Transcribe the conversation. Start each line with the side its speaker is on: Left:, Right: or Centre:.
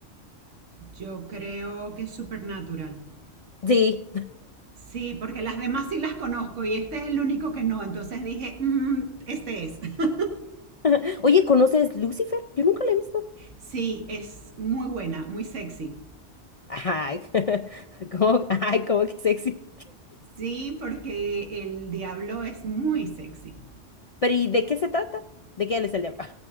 Right: Yo creo que es Supernatural.
Left: Sí.
Right: Sí, porque las demás sí las conozco y este es el único que no. Entonces dije, "Mm, este es. <laughs>
Left: <laughs> Oye, ¿conoces Lucifer? Yo nunca la he visto.
Right: Sí, es muy buena, muy sexy.
Left: Ay, <laughs> ¿cómo, ay, cómo que sexy.
Right: Sí, porque el diablo es muy sexy.
Left: Pero ¿y de qué se trata? ¿De qué él es el diablo?